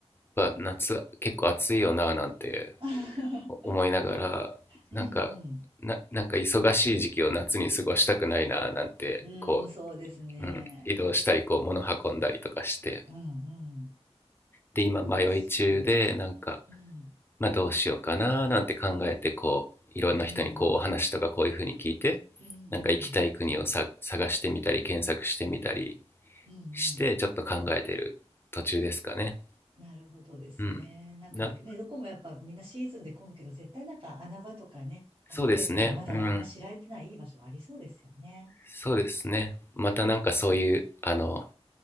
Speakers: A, on the left; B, on the right.
A: パ、夏結構暑いよななんて
B: <laughs>
A: 思いながら、
B: うん、
A: なんか、な、なんか忙しい時期を夏に過ごしたくないななんて、
B: うん。
A: こ
B: うん、そうですね。
A: う、うん、移動したり、こう、物運んだりとかして。
B: うん、うん。
A: で、今迷い中で、
B: 確かに。
A: なんか、
B: うん、
A: まあ、どうしようかななんて考えてこういろんな人にこうお話とかこういうふうに聞いてなんか行きたい国をさ探してみたり検索してみたり
B: うん、うん、うん、うん、うん。
A: してちょっと考えてる途中ですかね。
B: なるほどですね。
A: うん、
B: なんかね、
A: な
B: どこもやっぱみんなシーズンで混むけど、絶対なんか穴場とかね、
A: そうですね。
B: 隠れてて、まだあんま知られてないいい場所がありそうですよね。
A: うん、そうですね。またなんかそういうあの